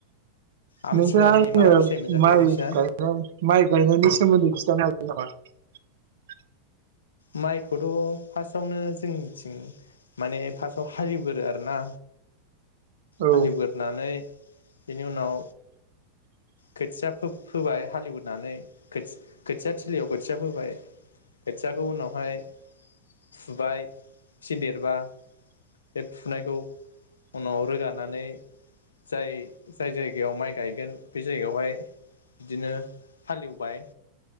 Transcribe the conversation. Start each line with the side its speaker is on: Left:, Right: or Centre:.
Left: आमथिसुवानि
Right: नोंथाङा आङो
Left: मा फिथाइ मोनजाखो
Right: माइ
Left: नोंसिना
Right: गाय माइ गायनायनि सोमोन्दै खिथानो हागोन <unintelligible>
Left: माइखौथ' फार्स्टआवनो जोंथिं माने फार्स्टआव हालेवगोरो आरोना
Right: औ
Left: हालेवगोरनानै बेनि उनाव खोथिया फोबाय हालेवानै खोथिया थिलियाव खोथिया फोबाय खोथियाखौ उनावहाय फुबाय इसे देरबा बे फुनायखौ उनाव रोगानानै जाय जाय जायगायाव माइ गायगोन बे जायगायावहाय बिदिनो हालेवबाय